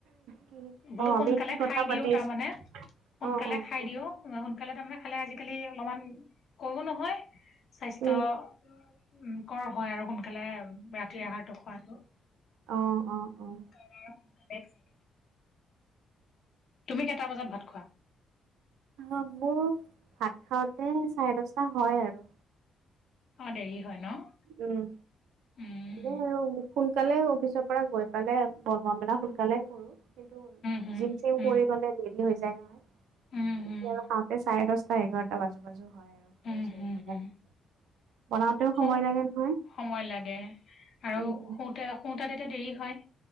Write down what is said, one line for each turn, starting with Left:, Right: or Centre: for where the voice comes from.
Right: কি
Left: বোলো
Right: অ',
Left: সোনকালে
Right: আমি কি কথা
Left: খাই
Right: পাতি
Left: দিওঁ তাৰমানে
Right: আছ
Left: সোনকালে
Right: অ', অ',
Left: খাই
Right: অ',
Left: দিওঁ। সোনকালে তাৰমানে খালে আজিকালি অলপমান কো নহয় স্বাস্থ্য
Right: উম,
Left: উম, কৰ হয় আৰু সোনকালে ৰাতিৰ আহাৰটো খোৱাটো।
Right: অ', অ'। অ',
Left: সে কাৰ আৰু সোনকালে এক চাই তুমি কেইটা বজাত ভাত খোৱা?
Right: অ', মোৰ ভাত খাওঁতে চাৰে দশটা হয় আৰু।
Left: অ', দেৰি হয় ন'।
Right: উম।
Left: উম
Right: এনে আৰু সোনকালে অফিচৰ পৰা গৈ পেলাই বনোৱা মেলা সোনকালে কৰোঁ। কিন্তু
Left: হুম
Right: জিম চিম
Left: উম
Right: কৰি গ'লে দে ৰি হৈ যায় নহয়
Left: উম হুম
Right: এতিয়া আৰু খাওঁতে চাৰে দশটা এঘাৰটা বাজো বাজো হয়।
Left: উম
Right: <unintelligible>
Left: হুম হুম
Right: বনাওঁতেও
Left: খুব
Right: সময় লাগে নহয়।
Left: সময় লাগে আৰু
Right: উম,
Left: শুওঁতে শুওঁতে তেতিয়া দেৰি হয়।